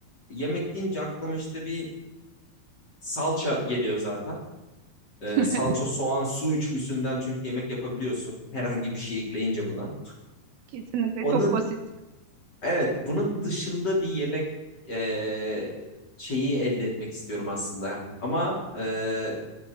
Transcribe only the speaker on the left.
yemek deyince aklıma işte bir salça geliyor zaten. E,
salça,
soğan, su üçlüsünden çünkü yemek yapabiliyorsun. Herhangi bir şey ekleyince buna.
Onun
Evet, bunun dışında bir yemek eee, şeyi elde etmek istiyorum aslında. Ama eee,